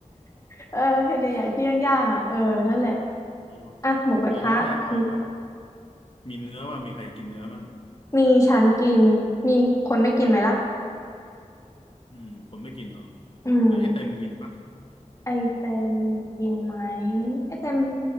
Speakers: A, on the left (about 25°); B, on the left (about 45°).
A: <laughs> เออเห็ดใหญ่ๆที่ย่างย่างอ่ะเออนั่นแหละ
B: อ๋อ
A: อ่ะหมูกระทะมีผัก
B: เอ้ยแล้วถ้าเอาแบบ มีเนื้อมามีใครกินเนื้อมั่ง
A: มีฉันกินมีคนไม่กินไหมล่ะ
B: อืมคนไม่กินเหรอ
A: อืม
B: เอ้ยไอ้เต็มกินปะ
A: ไอเต็มกินไหมไอเต็ม